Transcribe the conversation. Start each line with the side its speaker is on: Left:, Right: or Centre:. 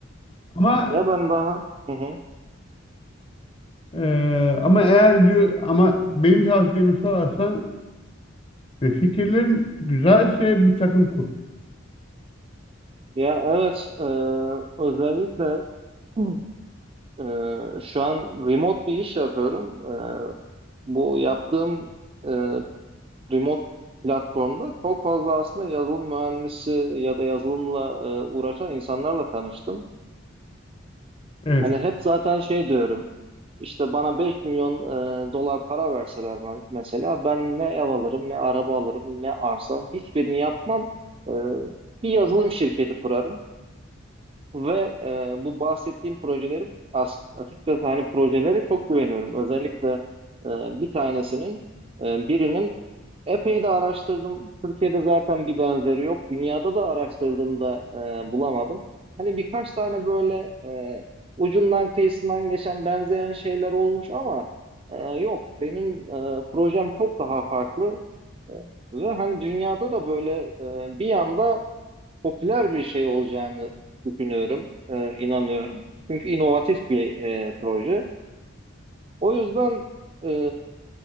Left: Ama
Right: Ya ben daha hı hı.
Left: eee, ama eğer diyor ama benim tavsiyemi sorarsan ve fikirlerin güzelse bir takım kur.
Right: Ya evet e, özellikle Hı. e, şu an remote bir iş yapıyorum. E, bu yaptığım e, remote platformda çok fazla aslında yazılım mühendisi ya da yazılımla e, uğraşan insanlarla tanıştım.
Left: Evet.
Right: Hani hep zaten şey diyorum. İşte bana 5 milyon e, dolar para verseler me- mesela ben ne ev alırım, ne araba alırım, ne arsa hiçbirini yapmam. E, bir yazılım şirketi kurarım ve e, bu bahsettiğim projeleri as- açıkçası hani projelere çok güveniyorum. Özellikle e, bir tanesinin e, birinin Epey de araştırdım. Türkiye'de zaten bir benzeri yok. Dünyada da araştırdığımda e, bulamadım. Hani birkaç tane böyle e, ucundan kıyısından geçen benzeyen şeyler olmuş ama e, yok. Benim e, projem çok daha farklı. E, ve hani dünyada da böyle e, bir anda popüler bir şey olacağını düşünüyorum, e, inanıyorum. Çünkü inovatif bir e, proje. O yüzden e,